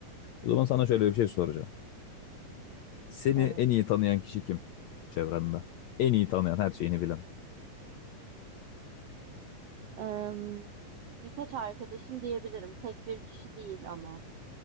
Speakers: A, on the left; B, on the right.
A: O zaman sana şöyle bir şey soracağım. Seni
B: Evet.
A: en iyi tanıyan kişi kim çevrende? En iyi tanıyan, her şeyini bilen.
B: Em, birkaç arkadaşım diyebilirim. Tek bir kişi değil ama.